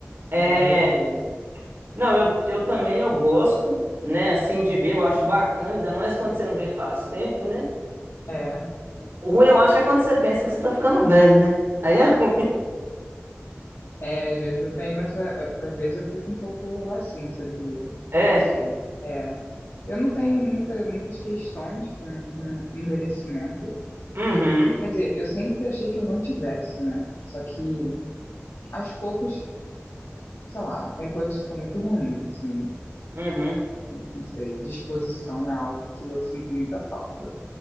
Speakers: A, on the right (about 60°); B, on the left (about 70°).
A: É,
B: Aí é meio doido.
A: não, eu, eu também eu gosto, né, assim, de ver, eu acho bacana, ainda mais quando você não vê faz tempo, né?
B: É.
A: O ruim eu acho é quando você pensa que você tá ficando velho, né? Aí é ruim.
B: É, às vezes eu tenho essa. Às vezes eu fico um pouco assim, sabia?
A: É.
B: Não sei. É. Eu não tenho muita, muitas questões com, com envelhecimento.
A: Uhum.
B: Quer dizer, eu sempre achei que eu não tivesse, né? Só que aos poucos, sei lá, tem coisas que são muito ruins, assim,
A: Uhum.
B: não sei. Disposição é algo que eu sinto muita falta.